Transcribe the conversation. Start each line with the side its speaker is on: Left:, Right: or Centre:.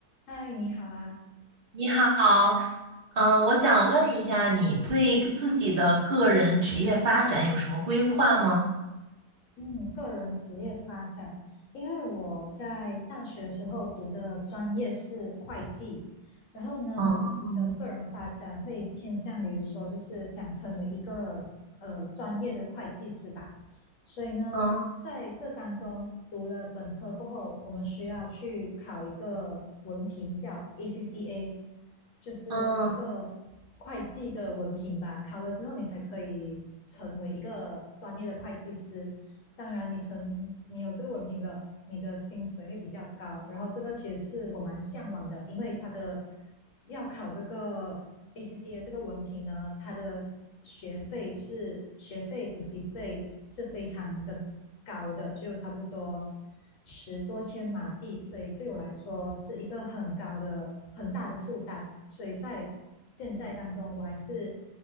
Left: 嗨，你好啊！
Right: 你好，嗯，我想问一下，你对自己的个人职业发展有什么规划吗？
Left: 嗯，个人职业发展，因为我在大学的时候读的专业是会计，然后呢，
Right: 哦，
Left: 我自己的个人发展会偏向于说，就是想成为一个呃专业的会计师吧。所以呢，
Right: 嗯
Left: 在这当中读了本科过后，我们需要去考一个文凭，叫 ACCA，就是一个会计的文凭吧。
Right: 嗯，
Left: 考了之后，你才可以成为一个专业的会计师。当然你成你有这个文凭了，你的薪水会比较高。然后这个其实是我蛮向往的，因为它的要考这个 ACCA 这个文凭呢，它的学费是学费补习费是非常的高的，就差不多十多千马币，所以对我来说是一个很高的很大的负担。所以在现在当中，我还是